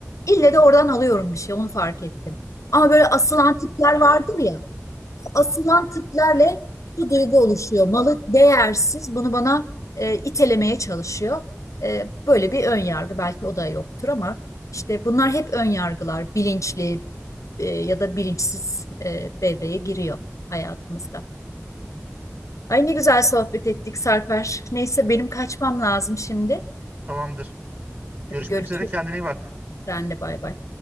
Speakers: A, on the left; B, on the right.
A: ille de oradan alıyorum bir şey. Onu fark ettim. Ama böyle asılan tipler vardır ya. Asılan tiplerle bir duygu oluşuyor. Malı değersiz. Bunu bana e, itelemeye çalışıyor. E, böyle bir ön yargı belki o da yoktur ama işte bunlar hep ön yargılar. Bilinçli e, ya da bilinçsiz e, devreye giriyor hayatımızda. Ay ne güzel sohbet ettik Sarper. Neyse benim kaçmam lazım şimdi.
B: Tamamdır.
A: Hadi
B: Görüşmek
A: görüşürüz.
B: üzere. Kendine iyi bak.
A: Sen de bay bay.